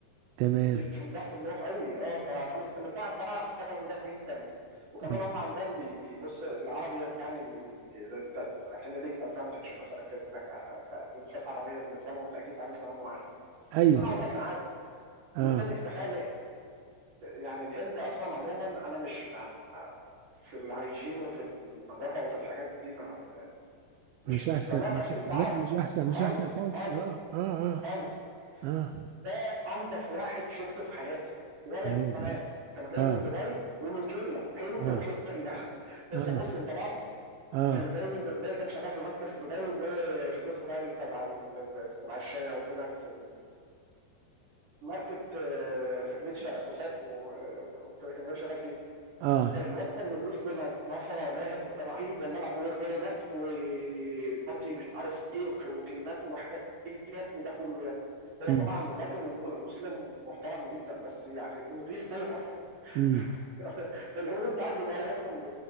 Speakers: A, on the right (about 85°); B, on the right (about 50°).
A: تمام
B: نضيف مضاف مضاف قوي اه ف- فانا كنت مرتاح الصراحه في السكن ده جدا وكمان
A: آه.
B: هم عندهم بي- بيبص العربي يعني بي بي ده- كان ليك ادفانتج مثلا كده ك- كجنسيات عربيه بالنسبه لهم انت اكيد اتعاملت معاهم وعارف
A: ايوه
B: بس انا والله كان عادي
A: اه
B: والتاني تخيل يعني الهند اصلا عموما انا مش ما- ما- في الهيجين وفي النظافه وفي الحاجات دي ما- مش
A: مش احسن
B: مش تمام
A: مش
B: اكيد انت
A: لا
B: عارف
A: مش احسن
B: خالص
A: مش احسن حاجة
B: خالص
A: اه اه
B: خالص
A: اه اه
B: ده انضف واحد شفته في حياتي ولا
A: تمام
B: البنات كان جاي
A: اه
B: من دبي ومن كيرلا هند
A: اه
B: وكيرلا <laughs> بس
A: اه
B: كان مسلم طبعا
A: اه
B: كان جاي من دبي كان شغال في بنك في دبي وجاي في بيتر باين تبع ال- تبع الشاي او كده في الماركت آه، فرنتشر اساسات و- آه، وكده كان جاي شغال فيه
A: آه.
B: الواد كان يضيف بنظافه ماهر رهيب والملعب وكريمات وماضي مش عارف ايه وك- وكلمات وحاجات ايه يا ابني ده كله يا ابني هو
A: امم
B: طبعا راجل ومسلم ومحترم جدا بس يعني نضيف اوفر
A: امم
B: <laughs> الهنود انت عارف بيبقى ريحتهم